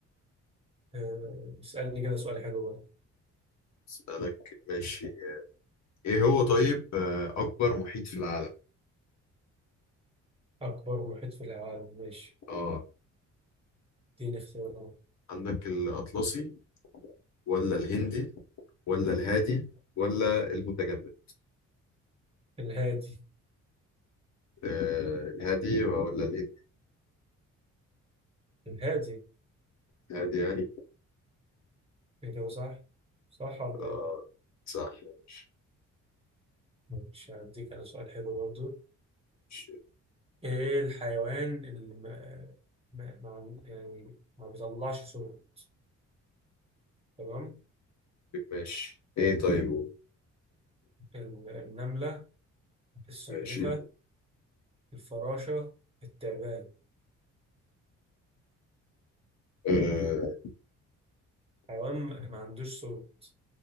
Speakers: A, on the right; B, on the left.
A: آه، اسألني كده سؤال حلو برضه
B: أسألك ماشي إيه هو طيب آه، أكبر محيط في العالم؟
A: أكبر محيط في العالم ماشي
B: آه
A: اديني اختيارات
B: عندك الأطلسي ولا الهندي ولا الهادي ولا المتجمد
A: الهادي
B: آه الهادي ولا الهندي
A: الهادي
B: الهادي يعني
A: إجابة صح صح ولا
B: آه
A: إيه؟
B: صح يا باشا.
A: مش هديك أنا سؤال حلو برضه
B: ماشي
A: ايه الحيوان اللي ما ما ما- يعني ما بيطلعش صوت تمام
B: ماشي ايه طيب
A: ال- النملة السلحفة
B: ماشي
A: الفراشة التعبان
B: آه
A: حيوان ما ما عندوش صوت